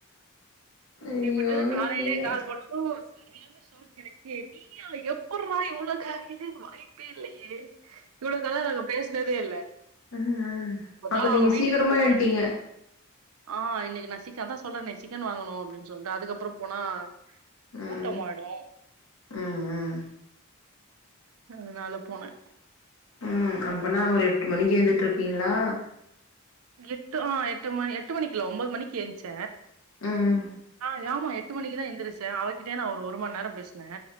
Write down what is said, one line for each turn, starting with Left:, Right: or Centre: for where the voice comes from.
Right: அப்படிப்பட்டது
Left: ஐயோ
Right: காலையிலே
Left: ஐயோ
Right: கால் பண்ணது சரியான ஷாக் எனக்கே நீய் எப்பட்றா இவ்லோகாலைலே வாய்ப்பே இல்லையே இவ்ளோ கால்ல நாங்க பேசுனதே இல்ல
Left: ம் ம்
Right: ஒரு
Left: அப்ப
Right: நாள அவுங்க
Left: நீங்க
Right: வீட்டுக்கு
Left: சீக்கிரமா
Right: போற
Left: எந்ட்டீங்க
Right: ஆ இன்னிக்கு நா சிக்க அதா சொல்றனே சிக்கன் வாங்கணு அப்டின் சொல்ட்டு அதுக்கப்புறோ போனா கூட்டம்மாயிடு
Left: ம் ம் ம்
Right: ம் அனால போன
Left: ம் அப்பனா ஒரு எட்டு மணிக்கு எழுந்துட்ருப்பீங்களா
Right: எட்டு ஆ எட்டு மணி எட்டு மணிக்குல ஒன்பது மணிக்கு ஏயின்ச்ச
Left: ம்
Right: ஆ ஏமா எட்டு மணிக்கு தா எந்துருச்ச அவகிட்டே நா ஒரு ஒரு மண் நேரோ பேசுன